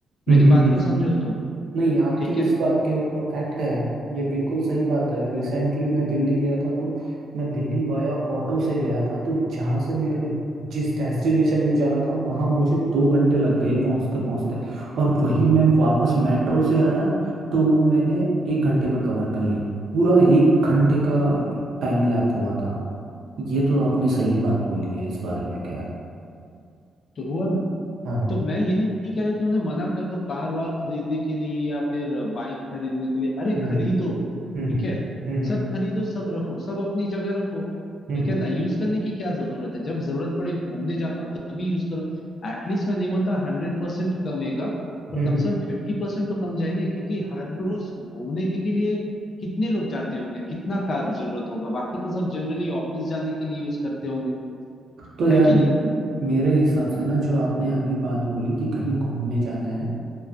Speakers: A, on the left (about 60°); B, on the right (about 70°).
A: मेरी
B: हम्म हम्म
A: बात
B: हम्म,
A: को
B: हम्म,
A: समझो तुम
B: नहीं आपकी
A: ठीक है
B: इस बात के ऊपर फैक्ट है ये बिल्कुल सही बात है रिसेंटली मैं दिल्ली गया था तो मैं दिल्ली वाया ऑटो से गया था तो जहाँ से मेरे को जिस डेस्टिनेशन में जाना था वहाँ मुझे दो घंटे लग गए पहुँचते पहुँचते और वही मैं वापस मेट्रो से आया तो वो मैंने एक घंटे में कवर कर लिया पूरा एक घंटे का टाइम लैप हुआ था ये तो आपने सही बात बोली है इस बारे में खैर
A: तो हुआ ना
B: हाँ
A: तो मैं ये नहीं नहीं कह रहा कि उन्हें मना कर दो कार वार खरीदने के लिए या फिर बाइक खरीदने के लिए अरे
B: हम्म
A: खरीदो
B: हम्म
A: ठीक
B: हम्म
A: है
B: हम्म
A: सब खरीदो सब रखो सब अपनी जगह रखो
B: हम्म
A: ठीक
B: हम्म
A: है ना यूज करने की क्या जरूरत है जब जरूरत पड़े घूमने जाना हो तभी यूज करो एटलीस्ट मैं नहीं बोलता हंड्रेड परसेंट कमेगा पर
B: हम्म,
A: कम
B: हम्म।
A: से कम फिफ्टी परसेंट तो कम जाएंगे क्योंकि हर रोज घूमने के लिए कितने लोग जाते होंगे कितना कार जरूरत होगा बाकी तो सब जनरली ऑफिस जाने के लिए यूज करते होंगे
B: तो यार
A: है कि
B: म-
A: नहीं
B: मेरे हिसाब से ना जो आपने अभी बात बोली कि कहीं घूमने जाना है